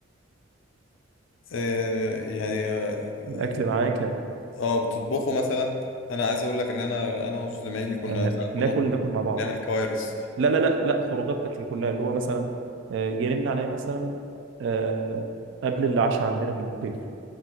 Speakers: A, on the left; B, on the right.
A: آه يعني اه
B: الأكل
A: بت-
B: معاك
A: آه، بتطبخوا مثلا انا عايز اقول لك ان انا انا وزمايلي كنا
B: آه،
A: ساعات
B: ناكل
A: بنطبخ
B: ناكل مع بعض
A: بنعمل كوارث
B: لا لا لا لا خروجات أكل كلها اللي هو مثلا آه، يرن عليا مثلا آه، قبل العشاء عندنا في البيت